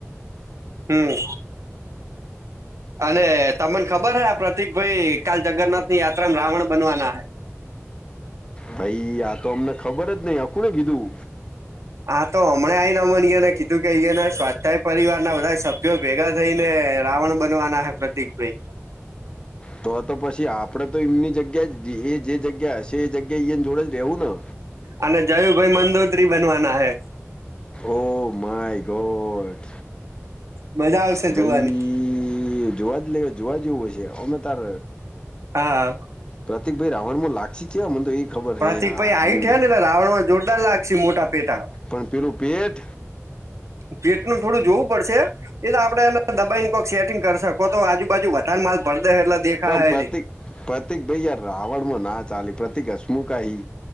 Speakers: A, on the right; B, on the left.
A: હમ્મ. અને તમને ખબર હૈ આ પ્રતિક ભાઈ કાલ જગન્નાથ ની યાત્રા રાવણ બનવાના હૈ.
B: ભઈ આ તો અમને ખબર જ નઈ આ કોને કીધું?
A: હા તો હમણાં આય નમણી ને કીધું કે અહીયાને સ્વાધ્યાય પરિવાર ના બધા સભ્યો ભેગા થઈ ને રાવણ બનવાના હે પ્રતિક ભઈ.
B: તો તો પછી આપડે તો એમની જગ્યા જ એ જે જગ્યા હશે એ જગ્યા એ જોડે જ રહેવું ન.
A: અને જયું ભાઈ મંદોત્રી બનવાના હે.
B: Oh my god.
A: મજા આવશે
B: ભઈ
A: જોવાની
B: જોવા જ એટલે એવો જોવા જેવું હોય છે. અમે તાર
A: હા.
B: પ્રતિક ભાઈ રાવણમાં લાગશે કેવા? મન તો ઈ ખબર
A: પ્રતિકભાઈ
B: હે યા
A: હાઈટ
B: <unintelligible>
A: હે ને એટલે રાવણમાં જોરદાર લાગશે મોટા પેટાવ.
B: પણ પહેલું પેટ
A: ઈ પેટ નું થોડું જોવું પડશે એ તો આપણે એને દબાઈને કોક સેટિંગ કરશે. કહો તો આજુ બાજુ વધાર માલ <unintelligible>
B: પણ પ્રતિક,
A: નહી
B: પ્રતિક ભઈ યાર રાવણમાં ના ચાલે, પ્રતિક હસમુખ આઈ.